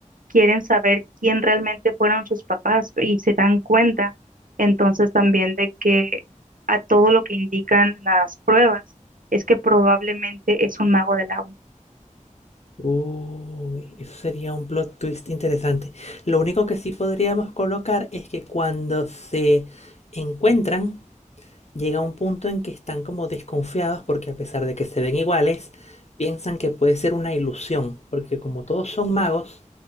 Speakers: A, on the right; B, on the left.
A: quieren saber quién realmente fueron sus papás y se dan cuenta entonces también de que a todo lo que indican las pruebas es que probablemente es un mago del agua.
B: Uy, eso sería un plot twist interesante. Lo único que sí podríamos colocar es que cuando se encuentran, llega un punto en que están como desconfiados porque a pesar de que se ven iguales, piensan que puede ser una ilusión, porque como todos son magos,